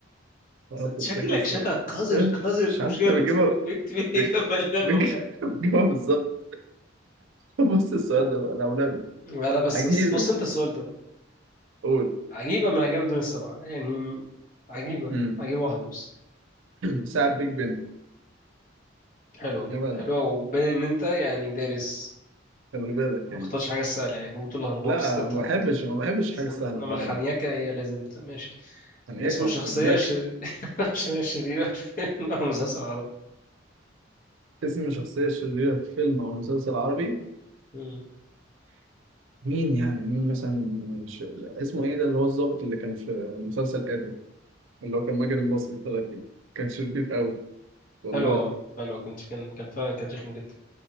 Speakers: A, on the right; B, on the left.
A: أنا بتاعتك
B: شكلك
A: مصر
B: شكا قذر قذر
A: مش
B: مش
A: عارف
B: كده
A: أنت
B: بكتب
A: بتجيبها
B: بكتب الاجابه
A: بت-
B: اللي انا
A: بتج-
B: بقولها
A: بتجيبها بالظبط بص السؤال ده بقى الأولاني
B: لا لا بس
A: عجيب
B: بس بص انت السؤال ده
A: قول
B: عجيبة من عجائب الدنيا السبعة يعني عجيبة
A: مم.
B: عجيبة واحدة بس
A: ساعة بيج بن
B: حلوة
A: يا ولد،
B: حلوة وبين إن أنت يعني دارس
A: خلي بالك
B: ما
A: يعني
B: اختارش حاجة سهلة يعني جبت الأهرامات
A: لا
B: بس أنت
A: ما
B: بتحب
A: بحبش ما بحبش
B: بس
A: حاجة
B: إنما
A: سهلة أنت
B: الحنيكة
A: عارف
B: هي لازم ت- ماشي
A: يعني
B: اسم
A: إيه كوكب
B: شخصية
A: لك
B: شر... <laughs> شخصية شريرة في فيلم أو مسلسل عربي
A: اسم شخصية شريرة في فيلم أو مسلسل عربي
B: مم.
A: مين يعني مين مثلا ش... اسمه إيه ده اللي هو الضابط اللي كان في مسلسل آدم اللي هو كان ماجد المصري طلع فيه كان شرير قوي والله
B: حلوة حلوة كنت كان كان فعلا كان رخم جدا